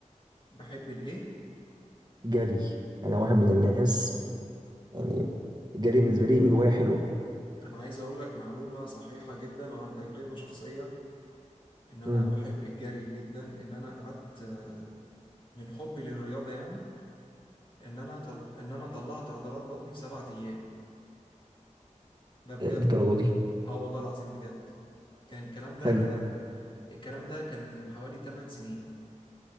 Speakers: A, on the left; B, on the right.
A: بحب الإيه
B: جري أنا واحد من الناس يعني الجري بالنسبة لي هواية حلوة
A: أنا عايز أقول لك معلومة صحيحة جدا وعن تجربة شخصية إن أنا
B: مم.
A: بحب الجري جدا إن أنا قعدت آه، من حبي للرياضة يعني إن أنا طل... إن أنا طلعت عضلات بطني في سبعة أيام ده بجد
B: الدرجة دي
A: آه والله العظيم بجد كان الكلام ده
B: حلو
A: كان الكلام ده كان حوالي 8 سنين